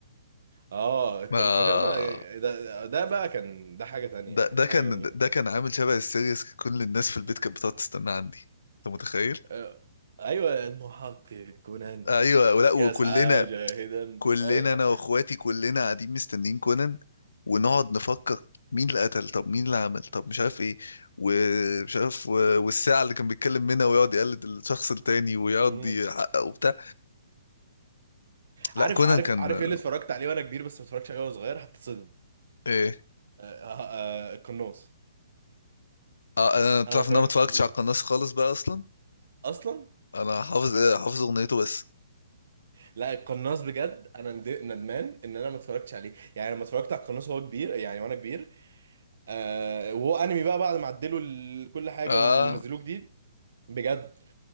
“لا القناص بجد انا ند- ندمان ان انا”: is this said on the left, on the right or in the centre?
Right